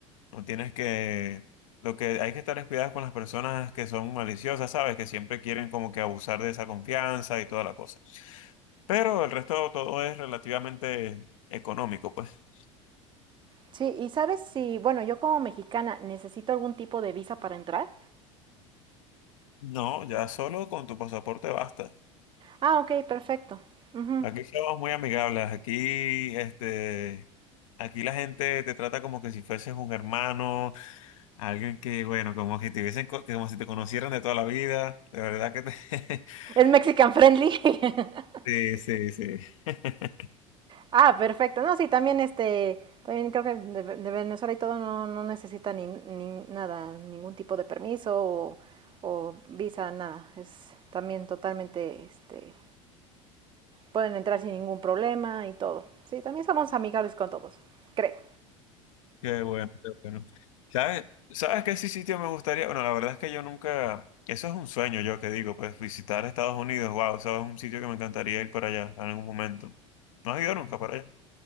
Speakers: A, on the left; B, on the right.
A: no tienes que, lo que hay que estar es cuidado con las personas que son maliciosas, ¿sabes? Que siempre quieren como que abusar de esa confianza y toda la cosa. Pero el resto todo es relativamente económico, pues.
B: Sí, y sabes si, bueno, yo como mexicana necesito algún tipo de visa para entrar.
A: No, ya solo con tu pasaporte basta.
B: Ah, ok, perfecto. Ujú.
A: Aquí somos muy amigables, aquí este, aquí la gente te trata como que si fueses un hermano, alguien que, bueno, como si te hubiesen co- como si te conocieran de toda la vida, de verdad que te... <laughs>
B: Es Mexican friendly. <laughs>
A: Sí, sí, sí. <laughs>
B: Ah, perfecto. No, sí, también este, también creo que de, de Venezuela y todo no, no necesita ni, ni nada, ningún tipo de permiso o, o visa, nada. Es también totalmente, este, pueden entrar sin ningún problema y todo. Sí, también somos amigables con todos, creo.
A: Qué bueno, qué bueno. ¿Sabes? ¿Sabes qué sí sitio me gustaría? Bueno, la verdad es que yo nunca, eso es un sueño yo que digo, pues visitar Estados Unidos, wow, eso es un sitio que me encantaría ir para allá en algún momento. ¿No has ido nunca para allá?